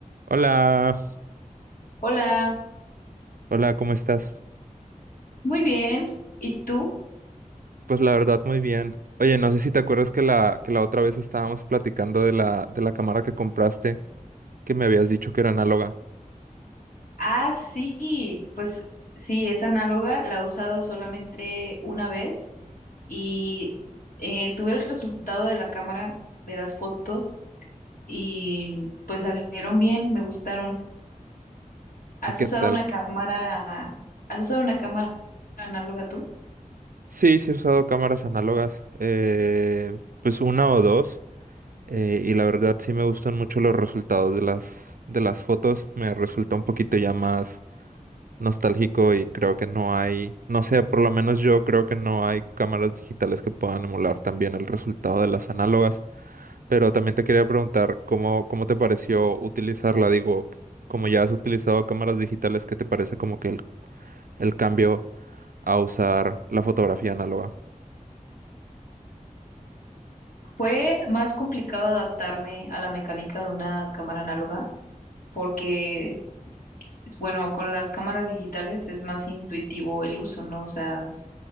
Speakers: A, on the right (about 80°); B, on the left (about 75°).
A: Hola,
B: Hola,
A: hola, ¿cómo estás?
B: muy bien. ¿Y tú?
A: Pues la verdad, muy bien. Oye, no sé si te acuerdas que la, que la otra vez estábamos platicando de la, de la cámara que compraste, que me habías dicho que era análoga.
B: Ah, sí, pues sí, es análoga, la he usado solamente una vez y eh, tuve el resultado de la cámara, de las fotos y pues salieron bien, me gustaron. ¿Has
A: ¿Y qué
B: usado
A: tal?
B: una cámara, has usado una cámara análoga tú?
A: Sí, sí he usado cámaras análogas, eh, pues una o dos, eh, y la verdad sí me gustan mucho los resultados de las, de las fotos. Me resulta un poquito ya más nostálgico y creo que no hay, no sé, por lo menos yo creo que no hay cámaras digitales que puedan emular también el resultado de las análogas. Pero también te quería preguntar cómo, cómo te pareció utilizarla. Digo, como ya has utilizado cámaras digitales, ¿qué te parece como que el, el cambio a usar la fotografía análoga?
B: Fue más complicado adaptarme a la mecánica de una cámara análoga porque s- s- Bueno, con las cámaras digitales es más intuitivo el uso, ¿no? O sea, es-